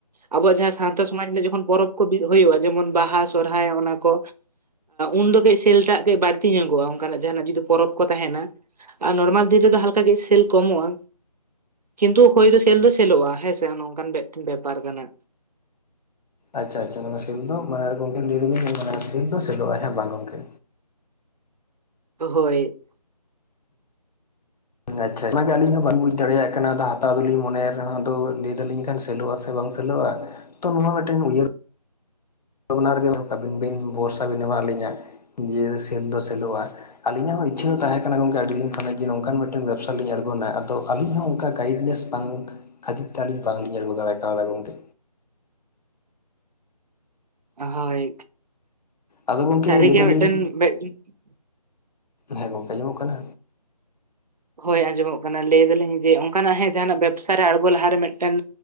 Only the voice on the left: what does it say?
ᱟᱪᱷᱟ ᱟᱪᱷᱟ ᱚᱱᱟ ᱥᱤᱞ ᱫᱚ ᱢᱟᱱᱮ ᱜᱚᱢᱠᱮ ᱞᱟᱹᱭ <inaudible> ᱚᱱᱟ ᱥᱮᱞ ᱫᱚ ᱥᱮᱞᱚᱜᱼᱟ ᱦᱮᱸ ᱵᱟᱝ ᱜᱚᱝᱠᱮ
ᱟᱪᱷᱟ ᱚᱱᱟ ᱜᱮ ᱟᱹᱞᱤᱧ ᱦᱚᱸ ᱵᱟᱞᱤᱧ ᱵᱩᱡ ᱫᱟᱲᱮᱭᱟᱜ ᱠᱟᱱᱟ ᱦᱟᱛᱟᱣ ᱫᱚᱞᱤᱧ ᱢᱚᱱᱮ ᱮᱫᱟ ᱦᱟᱸᱜ ᱞᱟᱹᱭ ᱫᱟᱞᱤᱧ ᱥᱮᱞᱚᱜᱼᱟ ᱥᱮ ᱵᱟᱝ ᱥᱮᱞᱳᱜᱼᱟ ᱛᱚ ᱱᱚᱣᱟ ᱢᱤᱫᱴᱟᱝ ᱩᱭᱦᱟᱹᱨ ᱚᱱᱟ ᱨᱮᱜᱮ ᱟᱹᱵᱤᱱ ᱵᱤᱱ ᱵᱷᱚᱨᱥᱟ ᱵᱤᱱ ᱮᱢᱟᱞᱤᱧᱟ ᱡᱮ ᱥᱮᱞ ᱫᱚ ᱥᱮᱞᱚᱜᱼᱟ ᱟᱹᱞᱤᱧᱟᱜ ᱦᱚᱸ ᱤᱪᱪᱷᱟᱹ ᱫᱚ ᱛᱟᱦᱮᱸ ᱠᱟᱱᱟ ᱜᱚᱝᱠᱮ ᱟᱹᱰᱤ ᱫᱤᱱ ᱠᱷᱚᱱᱟᱜ ᱡᱮ ᱱᱚᱝᱠᱟᱱ ᱢᱤᱫᱴᱮᱱ ᱵᱮᱵᱽᱥᱟ ᱞᱤᱧ ᱟᱬᱜᱚᱱᱟ ᱟᱫᱚ ᱟᱹᱞᱤᱧ ᱦᱚᱸ ᱚᱱᱠᱟ ᱜᱟᱭᱤᱰ ᱞᱤᱧ ᱵᱟᱝ ᱠᱷᱟᱹᱛᱤᱨ ᱛᱮ ᱟᱹᱞᱤᱧ ᱵᱟᱝᱞᱤᱧ ᱟᱬᱜᱚ ᱫᱟᱲᱮ ᱠᱟᱣᱫᱟ ᱜᱚᱝᱠᱮ
ᱟᱫᱚ ᱜᱚᱝᱠᱮ
ᱞᱟᱹᱭ
ᱫᱟᱞᱤᱧ
ᱦᱮᱸ ᱜᱚᱝᱠᱮ ᱟᱸᱡᱚᱢᱚᱜ ᱠᱟᱱᱟ